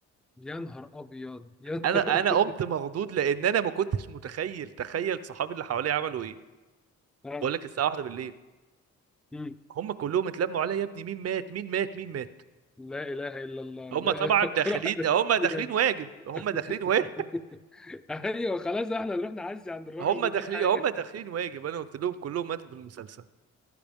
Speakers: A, in the centre; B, on the right.
A: يا نهار ابيض يا نهار
B: انا
A: <laughs>
B: انا قمت
A: أبيض.
B: مخضوض لان انا ما كنتش متخيل تخيل صحابي اللي حواليا عملوا ايه
A: اه
B: بقول لك الساعه واحدة بالليل
A: مم.
B: هم كلهم اتلموا عليا يا ابني مين مات مين مات مين مات
A: لا اله الا الله
B: هم
A: لا
B: طبعا
A: اله فكر
B: داخلين
A: واحد
B: هم داخلين
A: بجد
B: واجب هم
A: <laughs>
B: داخلين واجب
A: ايوه خلاص احنا نروح نعزي عند الراجل
B: هم
A: ده
B: داخلين
A: في حاجه
B: هم داخلين
A: <laughs>
B: واجب انا قلت لهم كلهم ماتوا في المسلسل